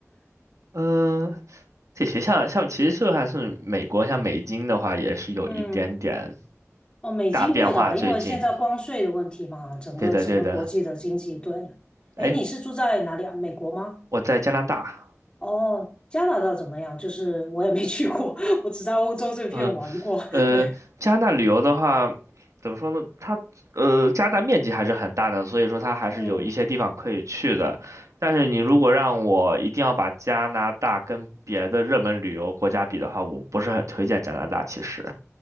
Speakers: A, on the right; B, on the left.
A: 嗯，这学校像像其实就算是美国，像美金的话，也是有一点点
B: <laughs> 嗯，哦，美金会的，
A: 大变化。最近，
B: 因为现在关税的问题嘛，整个整个国际的经济，
A: 对的对的。
B: 对。
A: 哎，
B: 哎，你是住在哪里啊？美国吗？
A: 我在加拿大，
B: 哦，加拿大怎么样？就是我也没去过，<laughs> 我只在欧洲这片玩过。
A: 嗯呃，
B: <laughs> 对，
A: 加拿大旅游的话，怎么说呢？它呃，加拿大面积还是很大的，所以说它还是有一些地方可以去的。
B: <laughs> 嗯，
A: 但是你如果让我一定要把加拿大跟别的热门旅游国家比的话，我不是很推荐加拿大，其实。